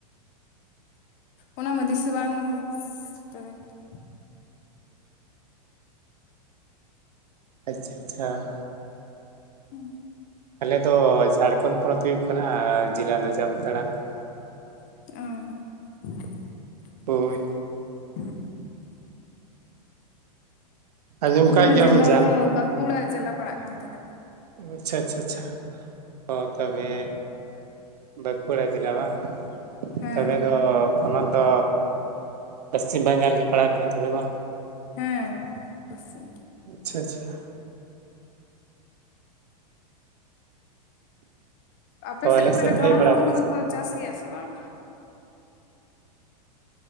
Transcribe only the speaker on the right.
ᱟᱪᱪᱷᱟ ᱟᱪᱪᱷᱟ ᱾
ᱟᱞᱮ ᱫᱚ ᱡᱷᱟᱲᱠᱷᱚᱸᱰ ᱯᱚᱱᱚᱛ ᱦᱩᱭᱩᱜ ᱠᱟᱱᱟ, ᱡᱮᱞᱟ ᱫᱚ ᱡᱟᱢᱛᱟᱲᱟ ᱾
ᱦᱳᱭ
ᱟᱸᱡᱚᱢ
ᱠᱟᱜ ᱜᱮᱭᱟᱢ
ᱡᱟᱢ
ᱟᱪᱪᱷᱟ ᱟᱪᱪᱷᱟ ᱟᱪᱪᱷᱟ ᱾ ᱚ ᱛᱚᱵᱮ ᱵᱟᱸᱠᱩᱲᱟ ᱡᱮᱞᱟ ᱵᱟᱝ,
ᱛᱚᱵᱮ ᱫᱚ ᱯᱚᱱᱚᱛ ᱫᱚ ᱯᱚᱥᱪᱤᱢ ᱵᱟᱝᱜᱟᱞ ᱨᱮᱜᱮ ᱯᱟᱲᱟᱜ ᱠᱟᱱᱟ ᱛᱚᱵᱮ ᱵᱟᱝ?
ᱟᱪᱪᱷᱟ ᱟᱪᱪᱷᱟ ᱾
ᱛᱚ ᱟᱞᱮ
ᱯᱮ
ᱦᱮᱡ ᱵᱟᱲᱟ
ᱟᱠᱟᱱᱟ
ᱥᱮ